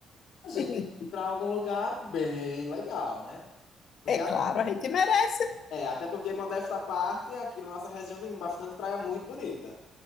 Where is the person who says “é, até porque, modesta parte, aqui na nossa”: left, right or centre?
Left